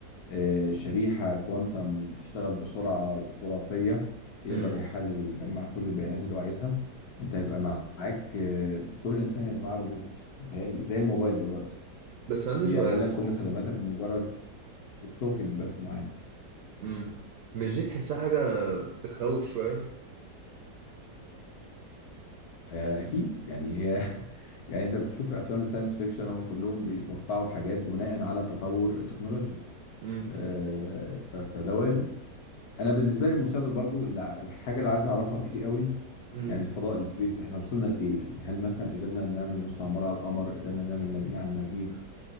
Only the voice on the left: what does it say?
آه، شريحة كوانتم تشتغل بسرعة خرافية يقدر
يحلل ويجمع كل البيانات اللي هو عايزها انت هيبقى معاك آه، كل انسان هيبقى معاه روبوت متهيألي زي الموبايل دلوقتي
بيعمل
لك كل خدماتك بمجرد التوكينج بس معاه
آه، اكيد يعني هي <laughs> يعني انت بتشوف افلام الساينس فيكشن هم كلهم بيتوقعوا حاجات بناء على تطور التكنولوجيا
آه، ف- فده وارد انا بالنسبه لي المستقبل برضو اللي- الحاجه اللي عايز اعرفها فيه قوي
يعني الفضاء السبيس احنا وصلنا لايه يعني هل مثلا قدرنا نعمل مستعمره على القمر قدرنا نعمل مدينه على المريخ